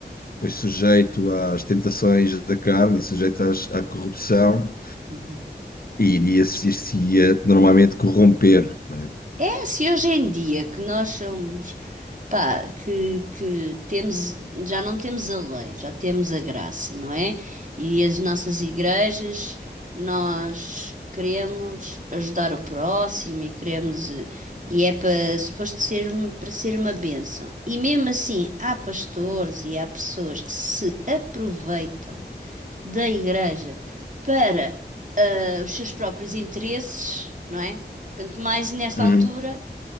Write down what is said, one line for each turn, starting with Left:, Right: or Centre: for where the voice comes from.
Left: pois, sujeito às tentações da carne, sujeito às- à corrupção,
Right: uhum.
Left: e iria-se iria normalmente corromper, não é?
Right: É, se hoje em dia que nós somos, pá, que, que temos, já não temos a lei, já temos a graça, não é? E as nossas igrejas, nós queremos ajudar o próximo e queremos, eh, e é para, suposto ser, um- para ser uma bênção. E mesmo assim, há pastores e há pessoas que se aproveitam da igreja para, eh, os seus próprios interesses, não é? Quanto mais nesta
Left: Hum,
Right: altura